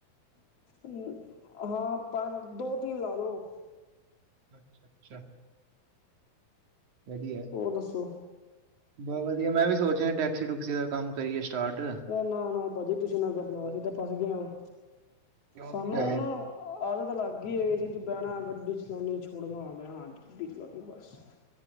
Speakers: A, on the left; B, on the right.
A: ਹਸ, ਹਾਂ ਪਰ ਦੋ, ਤਿਨ ਲਾ ਲੋ।
B: ਅੱਛਾ ਅੱਛਾ। ਵਧੀਆ ਹੈ।
A: ਹੋਰ ਦੱਸੋ।
B: ਬਹੁਤ ਵਧੀਆ, ਮੈਂ ਵੀ ਸੋਚਿਆ ਹੈ ਟੈਕਸੀ ਟੂਕਸੀ ਦਾ ਕੰਮ ਕਰੀਏ। ਸਟਾਰਟ
A: ਨਾ ਨਾ ਭਾਜੀ ਤੁਸੀਂ ਨਾ ਫਸਣਾ ਅਸੀਂ ਤੇ ਫਸ ਗਏ ਹਾ।
B: ਕਿਉਂ
A: ਸਾਨੂੰ
B: ਕੀ ਹੈ
A: ਨਾ ਆਦਤ ਲੱਗ ਗਈ ਹੈ ਏ ਸੀ ਚ ਬਹਿਣਾ। ਗੱਡੀ ਚਲਾਉਣੀ ਛੁਡਵਾਣਾ, ਮੈਂ ਆਂਦੀ ਚਲਾਉਣੀ ਬਸ।